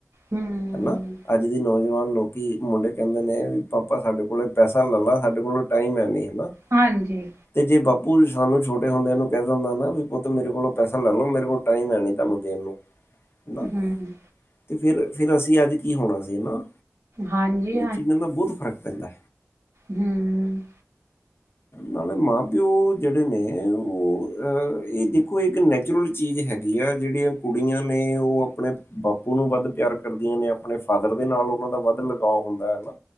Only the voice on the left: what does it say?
ਹਨਾ- ਅੱਜ ਦੀ ਨੌਜਵਾਨ ਲੋਕੀ ਮੁੰਡੇ ਕਹਿੰਦੇ ਨੇ ਵੀ ਪਾਪਾ ਸਾਡੇ ਕੋਲ ਪੈਸਾ ਲੈ ਲਾ ਸਾਡੇ ਕੋਲ ਟਾਈਮ ਹੈ ਨੀ ਹਨਾ।
ਤੇ ਜੇ ਬਾਪੂ ਸਾਨੂੰ ਛੋਟੇ ਹੁੰਦਿਆਂ ਨੂੰ ਕਹਿ ਦਿੰਦਾ ਨਾ ਵੀ ਪੁੱਤ ਮੇਰੇ ਕੋਲੋਂ ਪੈਸਾ ਲੈ ਲਓ ਮੇਰੇ ਕੋਲ ਟਾਈਮ ਹੈ ਨਹੀਂ ਤੁਹਾਨੂੰ ਦੇਣ ਨੂੰ। <inaudible> ਹਨਾ
<inaudible> ਤੇ ਫਿਰ, ਫਿਰ ਅਸੀਂ ਅੱਜ ਕੀ ਹੋਣਾ ਸੀ ਹਨਾ।
ਇਹ ਚੀਜ਼ਾਂ ਦਾ ਬਹੁਤ ਫ਼ਰਕ ਪੈਂਦਾ।
ਨਾਲੇ ਮਾਂ-ਪਿਓ ਜਿਹੜੇ ਨੇ ਉਹ ਇਹ ਇੱਕੋ ਇੱਕ ਨੈਚੁਰਲ ਚੀਜ਼ ਹੈਗੀ ਆ ਜਿਹੜੀਆਂ ਕੁੜੀਆਂ ਨੇ ਉਹ ਆਪਣੇ ਬਾਪੂ ਨੂੰ ਵੱਧ ਪਿਆਰ ਕਰਦੀਆਂ ਨੇ ਆਪ ਆਪਣੇ ਫਾਦਰ ਦੇ ਨਾਲ ਉਹਨਾਂ ਦਾ ਵੱਧ ਲਗਾਓ ਹੁੰਦਾ ਹੈ ਨਾ।